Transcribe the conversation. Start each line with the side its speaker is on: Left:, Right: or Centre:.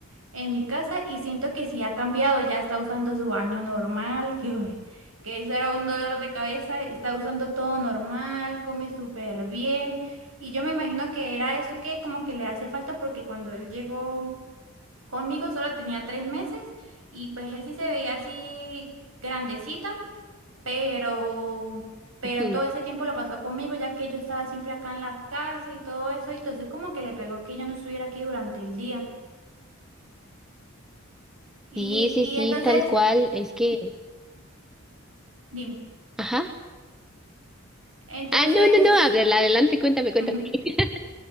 Right: en mi casa y siento que sí ha cambiado, ya está usando su baño normal, <laughs> que, uy, que eso era un dolor de cabeza, está usando todo normal, come súper bien y yo me imagino que era eso que como que le hace falta porque cuando él llegó conmigo solo tenía tres meses y pues él sí se veía así grandecita, pero... Pero
Centre: Ujú.
Right: todo ese tiempo lo pasó conmigo, ya que yo estaba siempre acá en la casa y todo eso, y entonces como que le pegó que yo no estuviera aquí durante el día. Y,
Centre: Sí, sí,
Right: y
Centre: sí,
Right: entonces
Centre: tal cual. Es que,
Right: Dime.
Centre: ajá.
Right: Entonces,
Centre: Ah, no, no, no, adel- adelante, cuéntame, cuéntame.
Right: <laughs> ujú.
Centre: <laughs>